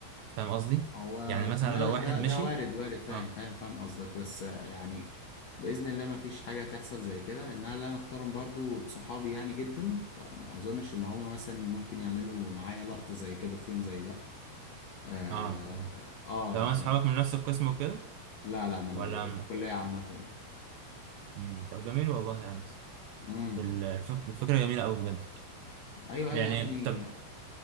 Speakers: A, on the right (about 80°); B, on the left (about 85°).
A: فاهم قصدي
B: هو
A: يعني مثلا
B: ده
A: لو واحد
B: ده
A: مشي
B: ده وارد وارد فاهم
A: اه
B: فاهم فاهم قصدك بس آه، يعني بإذن الله ما فيش حاجة تحصل زي كده إن أنا اللي أنا اختارهم برضو صحابي يعني جدا فما أظنش إن هما مثلا ممكن يعملوا معايا لقطة زي كده في يوم زي ده آه,
A: اه اه
B: آه
A: لو
B: يعني
A: اصحابك من نفس القسم وكده
B: لا لا من
A: ولا
B: الكلية عامة يعني
A: مم. طب جميل والله يعني
B: امم
A: الفك- الفكرة جميلة أوي بجد
B: ايوه ايوه
A: يعني
B: يا ابني
A: طب